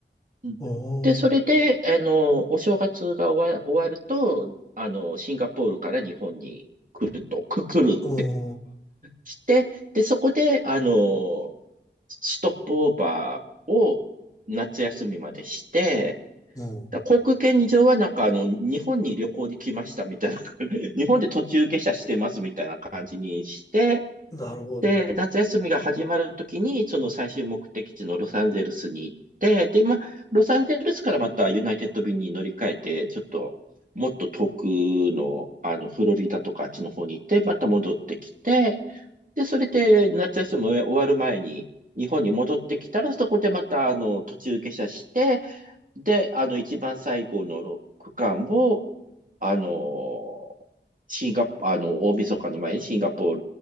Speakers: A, on the right; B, on the left.
A: うんで、
B: おー。
A: それで、あの、お正月が終わ、終わると、あの、シンガポールから日本に来ると、く、来る、
B: うん。
A: して、で、そこで、あの、ストップオーバーを夏休みまでして、
B: うん。
A: だから航空券上はなんかあの、日本に旅行に来ましたみたいな、<laughs> 日本で途中下車してますみたいな感じにして、
B: なるほど。
A: で、夏休みが始まるときに、その最終目的地のロサンゼルスに行って、で、まあ、ロサンゼルスからまたユナイテッド便に乗り換えて、ちょっと、もっと遠くの、あの、フロリダとかあっちの方に行って、また戻ってきて、で、それで夏休み終わる前に日本に戻ってきたら、そこでまた、あの、途中下車して、で、あの、一番最後の区間を、あの、シンガポ、あの、大晦日の前にシンガポー